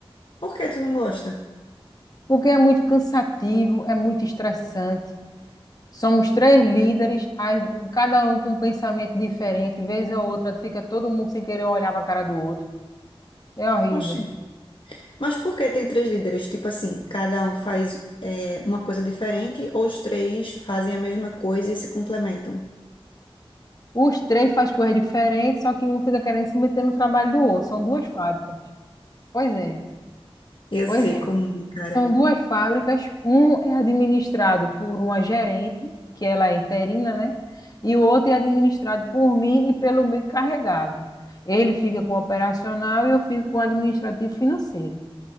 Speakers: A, on the left (about 55°); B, on the left (about 40°).
A: Por que tu não gosta?
B: Porque é muito cansativo, é muito estressante. Somos três líderes, aí o- cada um com um pensamento diferente. Vez a outra, fica todo mundo sem querer olhar pra cara do outro. É horrível.
A: Oxi. Mas por que tem três líderes? Tipo assim, cada um faz, eh, uma coisa diferente ou os três fazem a mesma coisa e se complementam?
B: Os três fazem coisas diferentes, só que um fica querendo se meter no trabalho do outro. São duas fábricas. Pois é,
A: Eu
B: pois
A: sei
B: é.
A: como, é, cara.
B: São duas fábricas. Um é administrado por uma gerente, que ela é interina, né? E o outro é administrado por mim e pelo meu encarregado. Ele fica com o operacional e eu fico com o administrativo financeiro.